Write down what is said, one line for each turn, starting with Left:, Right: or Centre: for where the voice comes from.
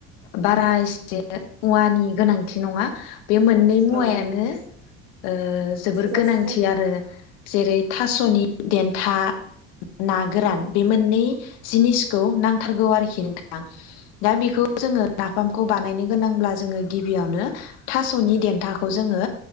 Left: बारा एसे औवानि गोनांथि नङा बे मोननै मुवायानो
Right: औ नंगौ
Left: ओ जोबोर
Right: थोजासे
Left: गोनांथि
Right: जायो
Left: आरो जेरै था सनि देनथा ना गोरान
Right: औ
Left: बे मोननै जिनिसखौ नांथारगौ आरोखि नोंथां। दा बेखौ
Right: औ
Left: जोङो नाफामखौ बानायनो गोनांब्ला जोङो गिबियावनो थास'नि देनथाखौ जोङो